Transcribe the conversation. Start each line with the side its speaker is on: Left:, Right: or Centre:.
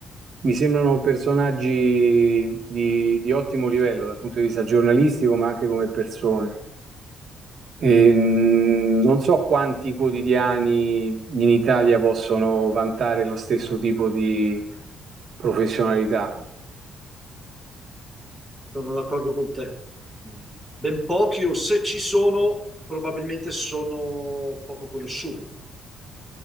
Right: mi sembrano personaggi di, di ottimo livello dal punto di vista giornalistico, ma anche come persone. Ehm, non so quanti quotidiani in Italia possono vantare lo stesso tipo di professionalità.
Centre: Sono d'accordo con te. Mm, Ben pochi, o se ci sono, probabilmente sono poco conosciuti.